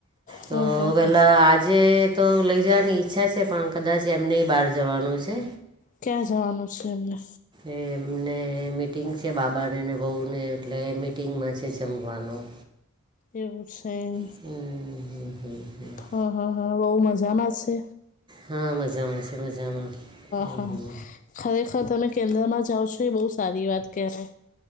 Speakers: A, on the left; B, on the right.
A: હ
B: તો
A: હ
B: પેલા
A: હ
B: આજ જે તો લઈ જવાની ઈચ્છા છે પણ કદાચ એમને બહાર જવાનું છે
A: ક્યાં જવાનું છે એમને
B: એ એમને મિટિંગ છે બાબાને ને વહુને એટલે મિટિંગમાં છે જમવાનું
A: એવુ છે એમ
B: હમ હ હ હ
A: હા હા હા બહુ મજામાં છે.
B: હા મજામાં છે મજામાં હમ
A: હહા
B: હમ
A: ખરેખર તમે કેન્દ્રમાં જાઓ છો એ બહુ સારી વાત કહેવાય